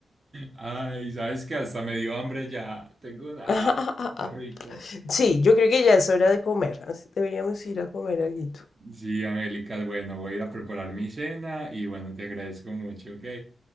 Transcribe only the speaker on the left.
<laughs>
Sí, yo creo que ya es hora de comer. así- Deberíamos ir a comer algo.